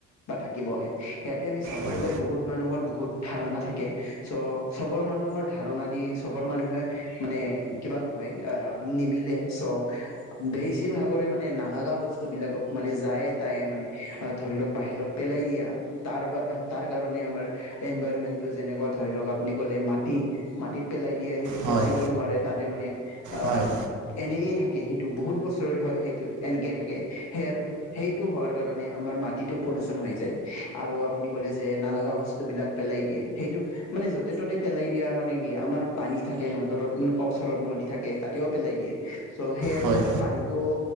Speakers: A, on the left; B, on the right.
A: থাকিব আহে সিহঁতে আমি চাব
B: হয়
A: গ'লে বহুত মানুহৰ বহুত- ধাৰণা থাকে। চ' চবৰ মানুহৰ ধাৰণা দি চবৰ মানুহে মানে কিবা নহয় আহ। নিমিলে চ' বেছিভাগৰে মানে নালাগা বস্তু বিলাকক মানে যায়। তাইৰ মানে ধৰি লওক বাহিৰত পেলাই দিয়া তাৰ বা তাৰ কাৰণে আমাৰ এনভাইৰমেন্টটো যেনেকুৱা ধৰি লওক আপুনি কলে মাটি মাটিত পেলাই দিয়ে সেইটো
B: হয়
A: পচিব নোৱাৰে। তাতে মানে আহ
B: হয় হয়
A: এনেকেয়ে থাকে সেইটো বহুত বছৰত হয় সেইটো। এনকে থাকে সেয়ে আৰু বেছি সেইটো হয়। কাৰণে আমাৰ মাটিটো পলোচন হৈ যায়, আৰু আপুনি ক'লে যে নালাগা বস্তু বিলাক পেলাই দিয়ে সেইটো মানে য'তে ত'তে পেলাই দিয়া মানে কি আমাৰ পানী থাকে নদৰত ওচৰত নদী থাকে। তেওঁ পেলাই দিয়ে চ', সেইয়াৰ
B: হয়
A: বিষয়ে
B: হয়
A: পানীটোওঁ